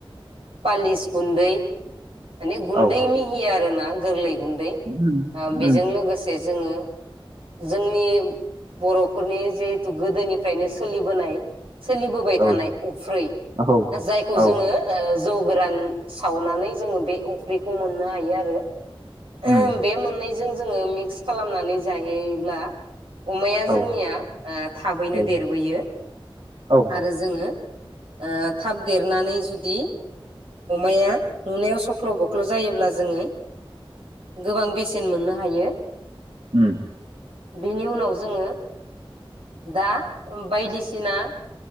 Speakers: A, on the right (about 75°); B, on the right (about 55°).
A: पालिस गुन्दै माने गुन्दै
B: औ
A: मिहि आरो ना गोरलै गुन्दै
B: उम
A: ओ बेजों
B: उम
A: लोगोसे जोङो जोंनि बर'फोरनि जिहेथु गोदोनिफ्रायनो सोलिबोनाय सोलिबोबाय
B: औ
A: थानाय अफ्रै
B: औ
A: जायखौ
B: औ
A: जोङो ओ जौ गोरान सावनानै जोङो बे अफ्रैखौ मोननो हायो आरो।
B: उम
A: ओ बे मोननै जों जोङो मिक्स खालामनानै जायोब्ला अमाया
B: औ
A: जोंनिया ओ थाबैनो
B: औ
A: देरबोयो
B: औ
A: आरो जोङो ओ थाब देरनानै जु दि या नुनायाव सख्ल' बख्ल' जायोब्ला जोङो गोबां बेसेन मोननो हायो।
B: उम।
A: बिनि उनाव जोङो दा बायदिसिना